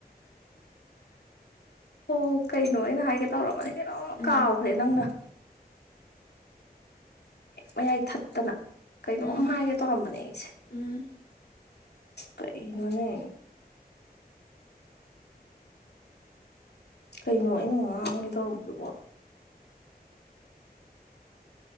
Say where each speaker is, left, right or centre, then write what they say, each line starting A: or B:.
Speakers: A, on the left (about 85°); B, on the left (about 65°).
A: ꯑꯣ ꯀꯩꯅꯣ ꯑꯩꯅ ꯍꯥꯏꯒꯦ ꯇꯧꯔꯝꯕꯅꯦ ꯀꯩꯅꯣꯝ
B: ꯎꯝ
A: ꯀꯥꯎꯈ꯭ꯔꯦ ꯅꯪꯅ ꯃꯌꯥꯏ ꯊꯠꯇꯅ ꯀꯩꯅꯣꯝ
B: ꯎꯝ
A: ꯍꯥꯏꯒꯦ ꯇꯧꯔꯝꯕꯅꯦ ꯑꯩꯁꯦ
B: ꯎꯝ
A: ꯀꯔꯤꯅꯣꯅꯦ ꯀꯩꯅꯣ ꯑꯩꯅ ꯉꯥꯡꯒꯦ ꯇꯧꯔꯝꯕꯗꯨꯕꯣ